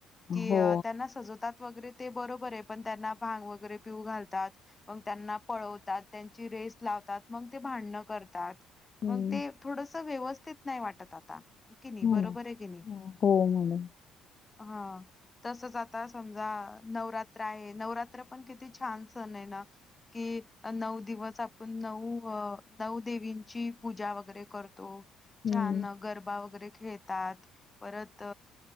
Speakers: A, on the left; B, on the left.
A: की
B: हो.
A: त्यांना सजवतात. वगैरे ते बरोबर आहे. पण त्यांना भांग वगैरे पिऊ घालतात. मग त्यांना पळवतात. त्यांची रेस लावतात. मग ते भा न करतात,
B: हं,
A: मग ते थोडस व्यवस्थित नाही वाटत आता. हो कि नाही, बरोबर
B: हो ना.
A: आहे. की नाही.
B: हो म्हणे.
A: हा तसचं आता समजा नवरात्र आहे. नवरात्र पण किती छान! सण आहे, ना कि नऊ दिवस आपण नऊ अ नऊ देवींची पूजा वगैरे, करतो.
B: हं,
A: छान! गरबा वगैरे खेळतात परत